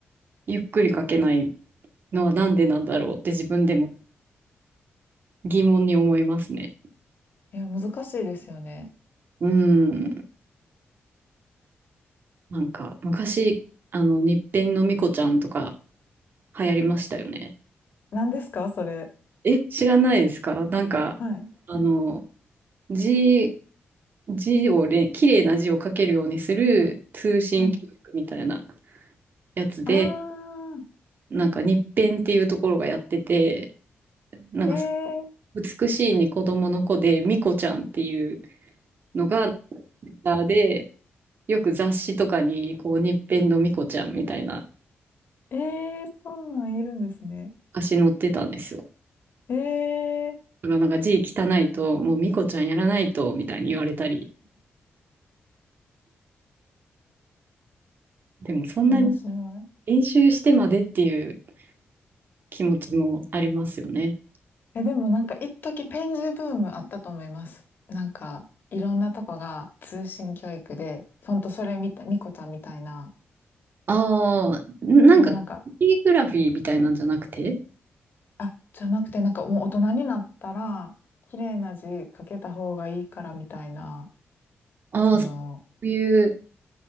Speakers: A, on the right; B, on the left.
A: ゆっくり書けない。のはなんでなんだろうって自分でも疑問に思いますね。
B: いや、難しいですよね。
A: うん。なんか、昔、あの、日編のみこちゃんとか流行りましたよね。
B: 何ですかそれ。
A: え、知らないですかなんか、
B: はい。
A: あの、字、字をれ、綺麗な字を書けるようにする通信教育みたいな
B: はい。
A: やつで、
B: あ
A: なんか日編っていうところがやってて、なんか、
B: あえー、
A: 美しいに子供の子で、みこちゃんっていうのが、ツイッターで、よく雑誌とかに、こう、日編のミコちゃんみたいな
B: えー、そんなんいるんですね。
A: 足載ってたんですよ。
B: えー、
A: だからなんか字汚いと、もうミコちゃんやらないと、みたいに言われたり。でもそんなに
B: 面白い。
A: 練習してまでっていう気持ちもありますよね。
B: え、でもなんか一時ペン字ブームあったと思います。なんかいろんなとこが通信教育で、ほんとそれみたい、みこちゃんみたいな、
A: ああ、なんか、
B: もうなんか、
A: キーグラフィーみたいなんじゃなくて、
B: あ、じゃなくてなんかもう大人になったら、綺麗な字書けた方がいいからみたいな、
A: ああ、
B: その、
A: そういう